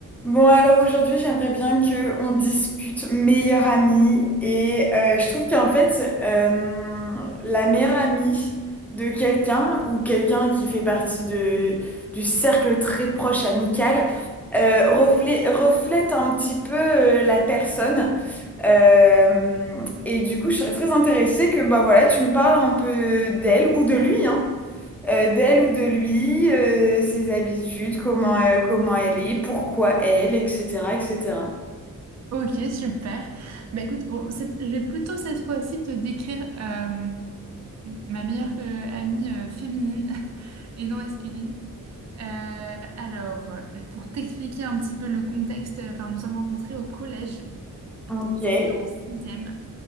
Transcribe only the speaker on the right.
Ok, super. Bah écoute, bon, cette- je vais plutôt cette fois-ci te décrire euh, ma meilleure euh, amie euh, féminine <laughs> et non masculine. Euh, alors, euh, pour t'expliquer un petit peu le contexte, euh, enfin, nous sommes rencontrés au collège.
C'était en sixième.